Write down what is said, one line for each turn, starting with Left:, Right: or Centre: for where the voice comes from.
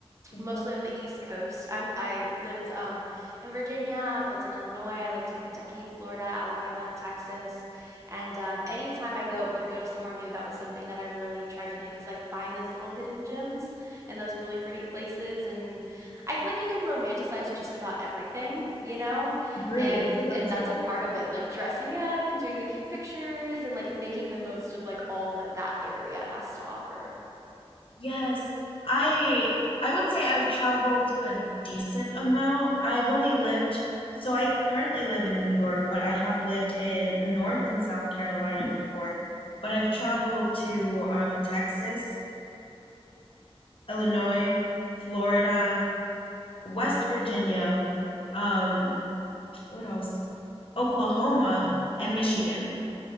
Left: well,
Right: mostly on the East Coast. I'm I lived um, in Virginia. I've lived in Illinois. I lived in Kentucky, Florida, Alabama, Texas, and um, anytime I go would go to somewhere new, that was something that I really tried to do is like find those little hidden gems and those really pretty places. And I feel like you can romanticize just about everything, you know,
Left: I agree.
Right: and
Left: I really
Right: and that's a part of it, like dressing up and doing the cute pictures and like making the most of like all that that area has to offer.
Left: Yes. I I would say I've traveled a decent amount. I've only lived, so I currently live in New York, but I have lived in North and South Carolina before. But I've traveled to um, Texas, Illinois, Florida, West Virginia, um, what else? Oklahoma and Michigan.